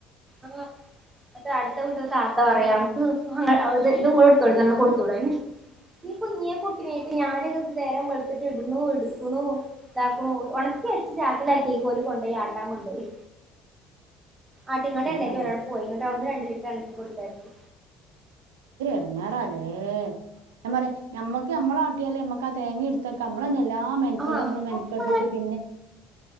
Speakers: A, on the right; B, on the right.
A: ആഹ് അത അട്ത്ത വീട്ട്ത്തെ താത്ത പറയാണ് അനക്ക് ങ് ങ്ങൾ ഇതു കൂടെ എടുത്തോളി ന്ന് പറഞ്ഞു കൊട് ചൂടായി ഈ കുഞ്ഞ്യ കുട്ടിനേറ്റ് ഞാനിത് നേരം വെള് ഇതൊക്ക ഇട്ണൂ എട്ക്കുണൂ ഇതാക്കു‌ണു ഒണക്കെച്ച ചാക്കിലാക്ക്യാേ ഓല് കൊണ്ടോയി ആട്ടാൻ കൊണ്ടോയി ആട്ടിങ്ങാണ്ട്
B: അയ് ഞാൻ
A: എണ്ണേയ്റ്റ്
B: പറയാ
A: ഓലങ് പോയി ഇന്നട്ട് അവ്ട്ന്ന് രണ്ട് ലിറ്റർ എണ്ണ കൊടുത്തയച്ചു
B: എട്ങ്ങാറാലേ ഞാ പറയാ ഞമ്മക്ക് ഞമ്മളാട്ടിയാലേമ്മ ക തേങ്ങിം ഇട്ത്തൊട്ക്കാ അമ്മളന്നെ എല്ലാ മെന്ക്കെടും
A: ആഹ്
B: നമ്മള് മെൻക്കെട്ട്ട്ട്
A: ഒക്കെ
B: പിന്നെ